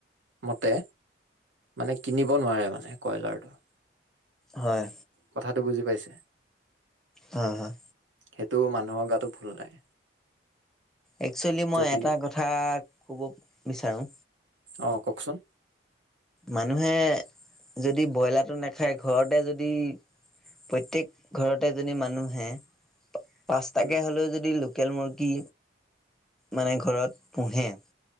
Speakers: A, on the right; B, in the centre.
A: মতে মানে কিনিব নোৱাৰে মানে কয়লাৰটো।
B: হয়।
A: কথাটো বুজি পাইছে।
B: হাঁ হাঁ।
A: সেইটো মানুহৰ গাতো ভুল নাই।
B: একচুৱেলি মই
A: যদি
B: এটা কথা কব বিচাৰোঁ।
A: অঁ কওকচোন।
B: মানুহে যদি ব্ৰইলাৰটো নাখায় ঘৰতে যদি- প্ৰয়তেক ঘৰতে এজনী মানুহে- পাঁচটাকে
A: উম
B: হ'লও যদি লোকেল মুৰ্গী মানে ঘৰত পোঁহে-